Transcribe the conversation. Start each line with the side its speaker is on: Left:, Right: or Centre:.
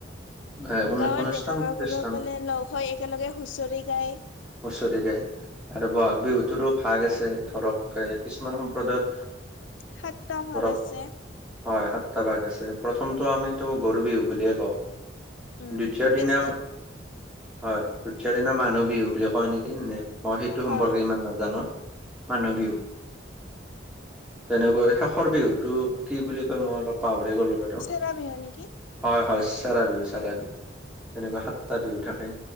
Centre: এ অনু
Left: গাঁৱৰ
Centre: অনুষ্ঠান
Left: ডেকা গাভৰুসকলে
Centre: প্ৰতিষ্ঠান
Left: লগ হৈ একেলগে হুঁচৰি গায়।
Centre: হুচৰি গায়। আৰু বহাগ বিহুতৰো ভাগ আছে, ধৰক এ কিছুমান সম্প্ৰদায়ত
Left: সাতটা ভাগ
Centre: <unintelligible>
Left: আছে
Centre: হয় সাতটা ভাগ আছে প্ৰথমটো আমিতো গৰুবিহু বুলিয়ে কওঁ।
Left: উম
Centre: দ্বিতীয়
Left: পিছদিনা
Centre: দিনা হয় দ্বিতীয় দিনা মানুহ বিহু বুলি কয় নেকি? মই সেইটো সম্পৰ্কে
Left: হয়
Centre: ইমান নাজানো। মানুহ বিহু। তেনেকৈ শেষৰ বিহুতটো কি বুলি কয় মই অলপ পাহৰি গ'লো বাৰু
Left: চেৰা বিহু হয় নেকি?
Centre: হয়, হয় চেৰা বিহু চেৰা বিহু তেনেকুৱা সাতটা বিহু থাকে।